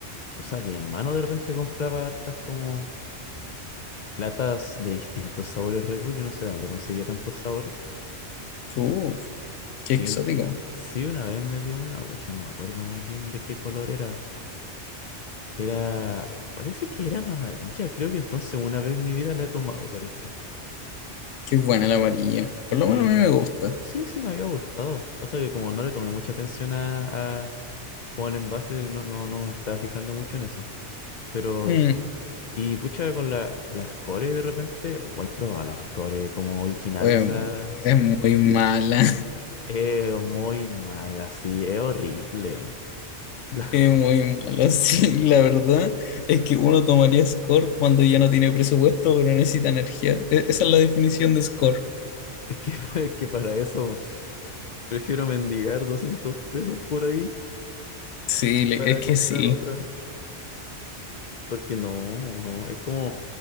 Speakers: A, on the left (about 60°); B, on the left (about 90°).
A: o sea, mi hermano de repente compraba hartas como latas de distintos sabores Red Bull, yo no sé de dónde conseguía tantos sabores.
B: Uh, qué
A: Sí,
B: exótico.
A: no- sí, una vez me dio una, ocho, no me acuerdo muy bien de qué color era. Era, oh, parece que era la amarilla, creo que entonces una vez en mi vida la he tomado, parece.
B: Qué buena la varilla. Por
A: Sí,
B: lo menos a mí me gusta.
A: Sí, sí, me había gustado. Pasa que como no le tomé mucha atención a, a como al envase, no, no, no me estaba fijando mucho en eso. Pero
B: Mm,
A: eso. Y pucha, con la, las cores de repente, oh, he probado las cores como originales,
B: bueno,
A: a
B: es muy mala.
A: es muy mal, así, es horrible. man. La-
B: Es muy mala, <laughs> sí, la verdad es que uno tomaría score cuando ya no tiene presupuesto, pero necesita energía. E- esa es la definición de score.
A: <laughs> es que, es que para eso <laughs> prefiero mendigar 200 pesos por ahí
B: Sí, le-
A: para
B: es que
A: comprar
B: sí.
A: otra. Porque no, no, es como,